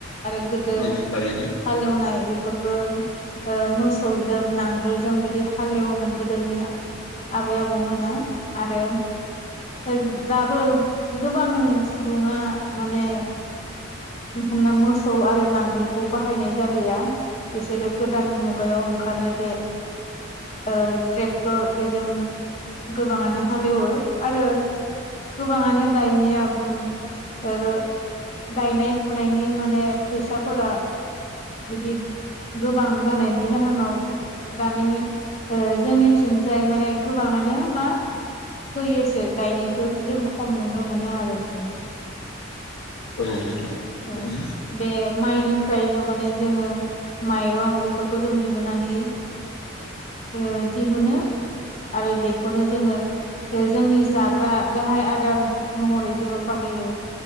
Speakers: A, on the left; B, on the left.
A: आरो गोदो
B: औ थारैनो
A: हालेवनाय बेफोरबो ओ मोसौजों नांगोलजों बिदि हालेवोमोन गोदोनि आबै आबौमोना आरो होद दाबो गोबां सुबुङा माने <unintelligible> मोसौ आरो नांगोलखौ बाहायनाय जालिया बिसोरो गोदान मुगायाव ओंखारनाय बे ओ ट्रेक्टर बेजों गोबाङानो हालेवो आरो गोबाङानो दायनिया उम ओ रो गायनाय फुनायनि माने फैसाफोरा बिदि गोबां जानायनि जाहोनाव दानि ओ जोंनिथिंजाय माने गोबाङानो मा फोयोसो गायनायखौ जों खम नुनो मोनो आरो दिन
B: औ नोंथां
A: औ
B: ओरैनो
A: बे माइनिफ्रायनो माने जोङो माइरं बेफोरखौ जों दिहुननानै ओ दिहुनो आरो बेखौनो जोङो ओ जोंनि जाग्रा गाहाय आदार महरै जोङो बाहायो